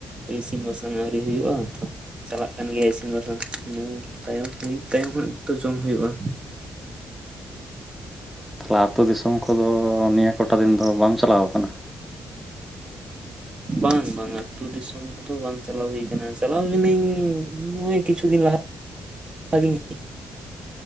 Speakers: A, on the right (about 35°); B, in the centre.
A: ᱤᱥᱤᱱ ᱵᱟᱥᱟᱝ ᱟᱹᱣᱨᱤ ᱦᱩᱭᱩᱜᱼᱟ ᱛᱚ ᱪᱟᱞᱟᱜ ᱠᱟᱱ ᱜᱮᱭᱟ ᱤᱥᱤᱱ ᱵᱟᱥᱟᱝ ᱤᱱᱟᱹ ᱛᱟᱭᱚᱢ ᱦᱩᱭᱩᱜ ᱛᱟᱭᱚᱢ ᱦᱟᱸᱜ ᱡᱚᱢ ᱦᱩᱭᱩᱜᱼᱟ᱾
B: ᱛᱟᱦᱚᱞᱮ ᱟᱹᱛᱩ ᱫᱤᱥᱚᱢ ᱠᱚᱫᱚ ᱱᱤᱭᱟᱹ ᱠᱚᱴᱟ ᱫᱤᱱ ᱫᱚ ᱵᱟᱢ ᱪᱟᱞᱟᱣ ᱠᱟᱱᱟ᱾
A: ᱵᱟᱝ ᱵᱟᱝ ᱟᱛᱳ ᱫᱤᱥᱚᱢ ᱨᱮᱫᱚ ᱵᱟᱝ ᱪᱟᱞᱟᱣ ᱦᱩᱭ ᱠᱟᱱᱟ ᱪᱟᱞᱟᱣ ᱞᱤᱱᱟᱹᱧ ᱱᱚᱜᱚᱭ ᱠᱤᱪᱷᱩ ᱫᱤᱱ ᱞᱟᱦᱟ ᱜᱤᱧ